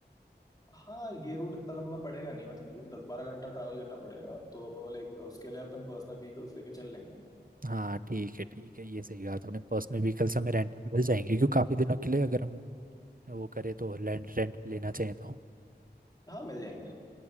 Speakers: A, on the left; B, on the right.
A: हाँ ये रूट इतना लंबा पड़ेगा नहीं मतलब दस बारह घंटा ट्रैवल करना पड़ेगा तो लाइक उसके लिए अपन पर्सनल व्हीकल्स लेके चल लेंगे
B: हाँ ठीक है ठीक है ये सही कहा तुमने पर्सनल व्हीकल्स हमें रेंट पे मिल जाएंगे क्योंकि काफ़ी दिनों के लिए अगर हम वो करें तो रेंट रेंट पे लेना चाहिए तो
A: हाँ मिल जाएंगे